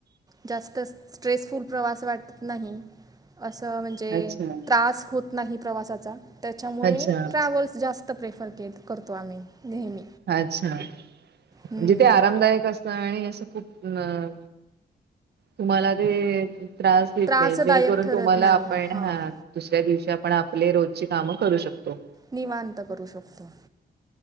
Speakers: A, on the right; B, on the right.
A: जास्त स्ट्रेसफुल प्रवास वाटत नाही अस म्हणजे
B: अच्छा.
A: त्रास होत नाही प्रवासाचा त्याच्यामुळे
B: अच्छा.
A: ट्रॅव्हल् जास्त प्रेफर के करतो आम्ही नेहमी
B: अच्छा
A: हम्म.
B: म्हणजे ते आरामदायक असत आणि असं खूप अ तुम्हाला ते त्रास देत
A: त्रासदायक
B: नाही जेणेकरून
A: ठरत
B: तुम्हाला
A: नाही
B: आपण
A: हां
B: हा दुसऱ्या दिवशी आपण आपले रोजची कामं करू शकतो
A: निवांत करू शकतो